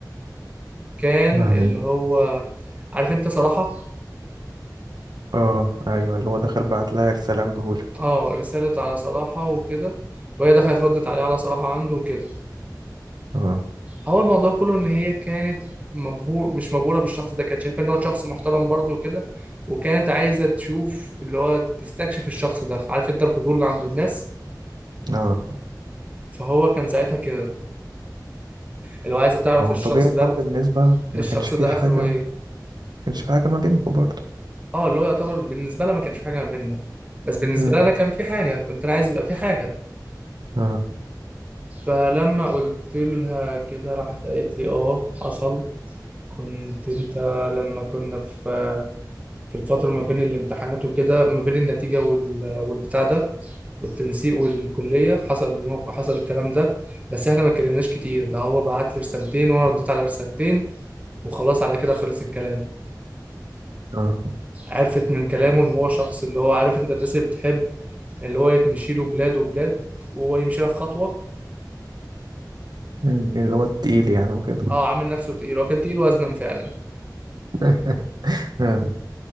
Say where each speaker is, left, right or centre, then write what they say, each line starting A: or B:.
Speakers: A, on the right (about 20°); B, on the right (about 75°).
A: كان
B: يعني
A: اللي هو عارف انت صراحة
B: اه ايوه اللي هو دخل بعت لها رسالة مجهولة
A: اه رسالة على صراحة وكده وهي دخلت ردت عليه على صراحة عنده وكده
B: اه
A: هو الموضوع كله ان هي كانت مبهور مش مبهوره بالشخص ده كانت شايفه ان هو شخص محترم برضه وكده وكانت عايزه تشوف اللي هو تستكشف الشخص ده عارف انت الفضول اللي عند الناس
B: اه
A: فهو كان ساعتها كده اللي هو عايزه تعرف
B: ما هو
A: الشخص
B: الطبيعي ان
A: ده
B: هو بالنسبة ما
A: الشخص
B: كانش فيه
A: ده
B: حاجة
A: اخره ايه
B: ما كانش فيه حاجة ما بينكم برضه
A: اه اللي هو يعتبر بالنسبه لها ما كانش في حاجه ما بيننا بس بالنسبه
B: مم.
A: لي انا كان في حاجه كنت انا عايز يبقى في حاجه
B: اه
A: فلما قلت لها كده راحت قالت لي اه حصل كنت انت لما كنا في في الفترة ما بين الامتحانات وكده ما بين النتيجة وال- والبتاع ده والتنسيق والكلية حصل الموقع حصل الكلام ده بس احنا ما اتكلمناش كتير ده هو بعت لي رسالتين وانا رديت على رسالتين وخلاص على كده خلص الكلام
B: اه
A: عرفت من كلامه ان هو شخص اللي هو عارف انت الناس اللي بتحب اللي هو يتمشي له بلاد وبلاد وهو يمشي لك خطوة
B: مم. اللي هو التقيل يعني وكده
A: اه عامل نفسه تقيل هو كان تقيل وزنا فعلا
B: <laughs> اه